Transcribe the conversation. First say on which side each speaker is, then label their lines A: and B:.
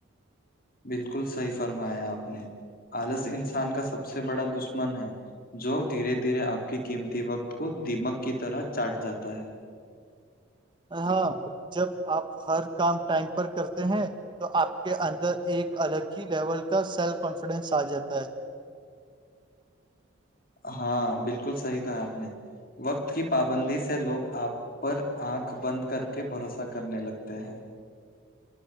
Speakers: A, on the left; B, on the right.
A: بالکل صحیح فرمایا آپ نے آلس انسان کا سب سے بڑا دشمن ہے جو دھیرے دھیرے آپ کے قیمتی وقت کو دمک کی طرح چاٹ جاتا ہے
B: ہاں جب آپ ہر کام ٹائم پر کرتے ہیں تو آپ کے ان ادھر ایک الگ ہی لیول کا سیلف کانفیڈینس آ جاتا ہے
A: ہاں بالکل صحیح کہا آپ نے وقت کی پابندی سے لوگ آپ پر آنکھ بند کر کے بھروسہ کرنے لگتے ہیں